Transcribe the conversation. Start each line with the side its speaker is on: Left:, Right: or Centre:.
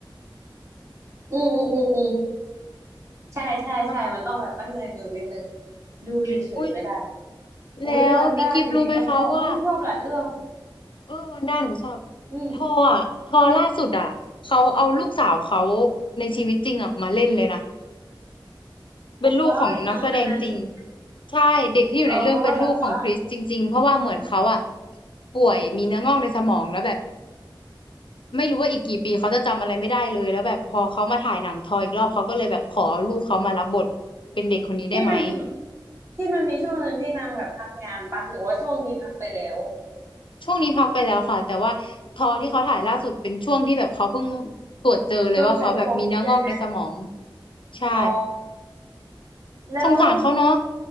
Right: อืมอืมอืมอืม ใช่ใช่ใช่มันต้องแบบตั้งใจดูนิดนึง
Left: แล้ว
Right: ดูเฉยๆไม่ได้
Left: อุย
Right: อุ้ยวันด้าจริงๆก็ชอบอุ้ยชอบหลายเรื่อง
Left: แล้วพี่กิฟต์รู้ไหมคะว่าเออวันด้าหนูชอบ
Right: อืม
Left: ทออ่ะทอล่าสุดอ่ะเขาเอาลูกสาวเขาในชีวิตจริงอ่ะมาเล่นเลยนะเป็นลูกของนักแสดงจริง
Right: อ๋ออีน้องคนนั้นชื่อ
Left: ใช่เด็กที่อยู่ในเรื่องเป็นลูกของคริสจริงๆเพราะว่าเหมือนเขาอ่ะ
Right: อ๋อเหรอ
Left: ป่วยมีเนื้องอกในสมองแล้วแบบ ไม่รู้ว่าอีกกี่ปีเขาจะจำอะไรไม่ได้เลยแล้วแบบพอเขามาถ่ายหนังทอยอีกรอบเขาก็เลยแบบขอลูกเขามารับบทเป็นเด็กคนนี้ได้ไหม
Right: ที่มันที่มันมีช่วงหนึ่งที่นางแบบพักงานปะหรือว่าช่วงนี้พักไปแล้ว
Left: ช่วงนี้พักไปแล้วค่ะแต่ว่าทอที่เขาถ่ายล่าสุดเป็นช่วงที่แบบเขาเพิ่งตรวจเจอเลยว่าเขาแบบมีเนื้องอกในสมอง
Right: เพิ่งค้นพบใช่ไหม
Left: ใช่
Right: อ๋อแล้ว
Left: สงสารเขาเนาะ